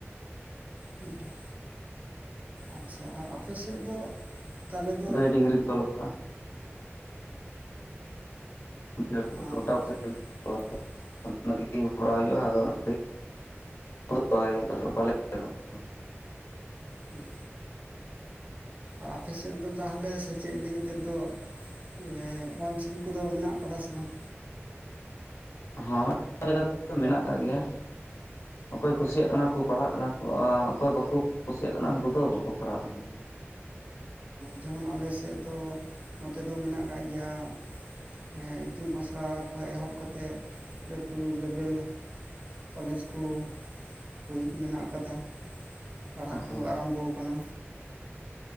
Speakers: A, on the right; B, on the left.
A: ᱦᱩᱸ ᱦᱩᱸ ᱟᱪᱪᱷᱟ ᱟᱨ ᱟᱯᱮ‌ ᱥᱮᱜ ᱫᱚ? ᱛᱟᱦᱞᱮ ᱫᱚ
B: ᱜᱟᱹᱭ ᱰᱟᱹᱝᱨᱤ ᱠᱚ ᱛᱚᱞᱚᱜᱼᱟ <inaudible>
A: ᱟᱨ <unintelligible>
B: ᱚᱱᱟ <inaudible> ᱠᱚᱨᱟᱣ ᱦᱩᱭᱩᱜᱼᱟ, ᱟᱫᱚ ᱚᱱᱟᱛᱮ <inaudible> ᱦᱚᱸ ᱵᱟᱞᱮ
A: ᱦᱩᱸ ᱟᱨ ᱟᱯᱮ ᱥᱮᱫ ᱫᱚ ᱛᱟᱦᱟᱞᱮ ᱥᱮᱪᱮᱫ ᱤᱫᱤ ᱠᱟᱛᱮᱫ ᱫᱚ ᱤᱭᱮᱸ ᱚᱞ ᱪᱤᱠᱤ ᱠᱚᱫᱚ ᱢᱮᱱᱟᱜ ᱠᱟᱫᱟ ᱥᱮ ᱵᱟᱝ?
B: ᱦᱚᱸ <unintelligible> ᱞᱮᱠᱟᱛᱮ ᱫᱚ ᱢᱮᱱᱟᱜ ᱠᱟᱜ ᱜᱮᱭᱟ᱾ ᱚᱠᱚᱭ ᱠᱩᱥᱤᱭᱟᱜ ᱠᱟᱱᱟ ᱠᱚ, ᱯᱟᱲᱦᱟᱜ ᱠᱟᱱᱟ ᱠᱚ ᱟᱨ ᱚᱠᱚᱭ ᱵᱟᱠᱚ ᱠᱩᱥᱤᱭᱟᱜ ᱠᱟᱱᱟ ᱩᱱᱠᱩ ᱫᱚ ᱵᱟᱠᱚ ᱯᱟᱲᱦᱟᱜ ᱠᱟᱱᱟ ᱾
A: ᱡᱮᱢᱚᱱ ᱟᱞᱮ ᱥᱮᱜ ᱫᱚ, ᱱᱚᱛᱮ ᱫᱚ ᱢᱮᱱᱟᱜ ᱠᱟᱜ ᱜᱮᱭᱟ ᱦᱮᱸ ᱤᱛᱩᱱ ᱟᱥᱲᱟ ᱠᱷᱚᱱ ᱮᱦᱚᱵ ᱠᱟᱛᱮᱫ ᱞᱟᱹᱴᱩ ᱞᱮᱵᱮᱞ ᱠᱚᱞᱮᱡᱽ ᱠᱩ ᱦᱳᱭ ᱢᱮᱱᱟᱜ ᱠᱟᱫᱟ, ᱯᱟᱲᱦᱟᱜ
B: ᱦᱮᱸ
A: ᱠᱩ ᱟᱨᱟᱢᱵᱚ ᱠᱟᱱᱟ᱾